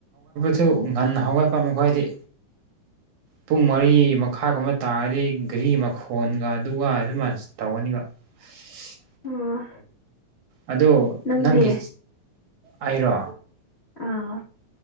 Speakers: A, on the right (about 70°); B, on the left (about 50°).
A: ꯁꯨ ꯉꯟꯅ ꯍꯧꯒꯠꯄ ꯃꯈꯣꯏꯗꯤ ꯄꯨꯡ ꯃꯔꯤ ꯃꯈꯥꯒꯨꯝꯕ ꯇꯥꯔꯗꯤ ꯘꯔꯤ ꯃꯈꯣꯟꯒ ꯑꯗꯨꯒ ꯗꯨꯃꯥꯏꯁ ꯇꯧꯒꯅꯤꯕ <inaudible>
B: ꯑꯣ
A: ꯑꯗꯣ
B: ꯅꯪꯗꯤ
A: ꯅꯪꯒꯤ ꯑꯩꯔꯣ
B: ꯑꯥ